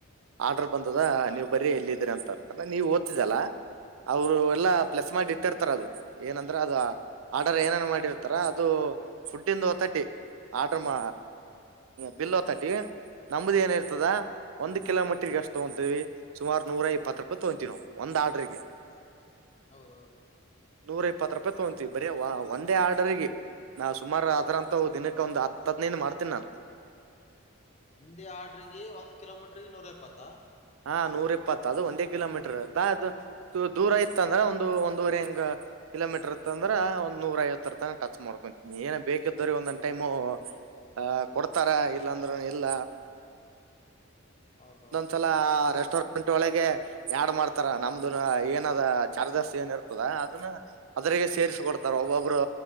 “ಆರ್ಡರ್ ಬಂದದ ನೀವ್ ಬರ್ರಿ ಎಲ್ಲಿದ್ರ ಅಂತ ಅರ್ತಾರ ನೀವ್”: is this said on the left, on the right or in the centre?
Right